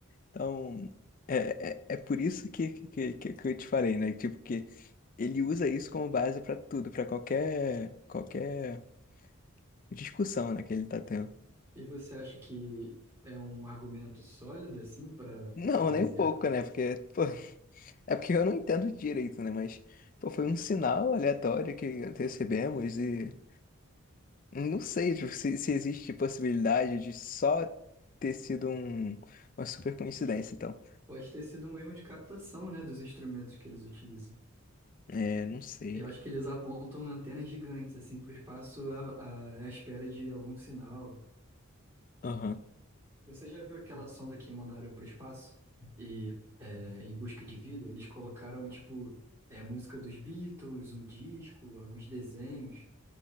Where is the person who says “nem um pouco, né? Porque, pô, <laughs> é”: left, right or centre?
Left